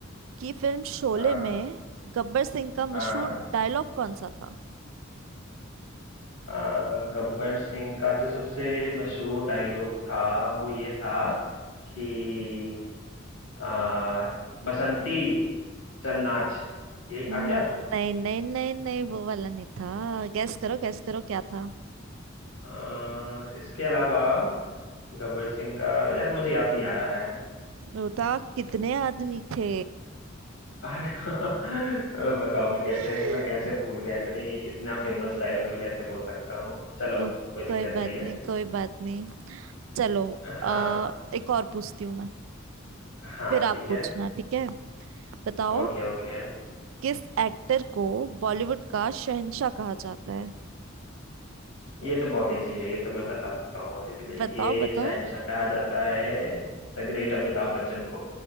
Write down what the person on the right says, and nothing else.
कि फिल्म शोले
में गब्बर सिंह का
मशहूर डायलॉग कौन सा था
नहीं
नहीं नहीं नहीं वो वाला नहीं था गैस करो गैस करो क्या था
वो था कितने आदमी थे
<laughs>
को,
कोई बात
नहीं कोई बात नहीं चलो
आ, एक और पूछती हूँ मैं
फिर आप
पूछना
ठीक है बताओ
किस एक्टर को बॉलीवुड का शहंशाह कहा जाता है
बताओ
बताओ